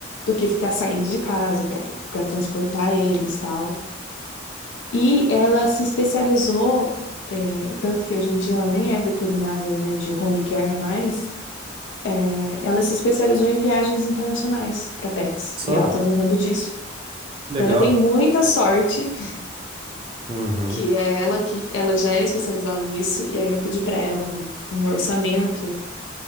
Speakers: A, on the left; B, on the right.
A: do que ficar saindo de casa para para transportar eles, tal. E ela se especializou, é, tanto que hoje em dia ela nem é veterinária, né, de home care mais, é, ela se especializou em viagens internacionais para pets
B: Só,
A: e ela tá vivendo disso.
B: legal.
A: Então eu dei muita sorte
B: Uhum.
A: que é ela que ela já é especializada nisso e aí eu pedi para ela um, um orçamento.